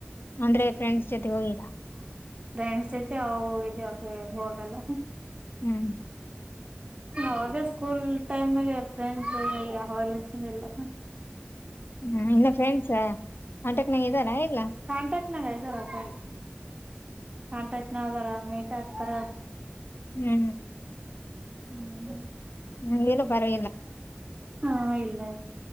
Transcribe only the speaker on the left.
ಅಂದ್ರೆ ಫ್ರೆಂಡ್ಸ್ ಜೊತೆ ಹೋಗಿಲ್ಲ
ಹ್ಮ್
ಹ್ಮ್ ಇನ್ನ ಫ್ರೆಂಡ್ಸ್ ಕಾಂಟೆಕ್ಟ್ ನಾಗ ಇದ್ದಾರಾ ಇಲ್ಲಾ.
ಹೂ ಹೂ
ಹ್ಮ ನಿಂಗ್ ಏನು ಬ್ಯಾರೆಗಿಲ್ಲಾ